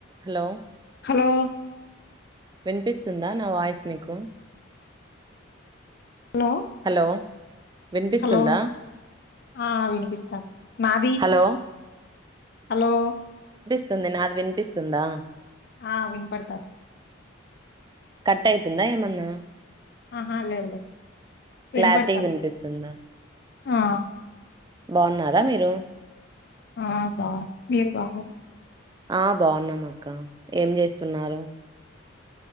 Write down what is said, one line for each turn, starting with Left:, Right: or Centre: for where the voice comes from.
Right: hello
Left: hello
Right: వినిపిస్తుందా నా voice మీకు
Left: హలో
Right: హలో వినిపిస్తుందా
Left: హలో ఆ వినిపిస్తోంది నాది
Right: హలో
Left: హలో
Right: విస్తుంది నాది వినిపిస్తుందా
Left: ఆ వినపడతాంది
Right: కట్ అయితుందా ఏమన్నా
Left: ఆహా లేదు లేదు వినపడుతాంది
Right: క్లారిటీ వినిపిస్తుందా
Left: ఆ
Right: బాగున్నారా మీరు
Left: ఆ బా మీరు బాగునర
Right: ఆ బాగున్నాం అక్క ఏం చేస్తున్నారు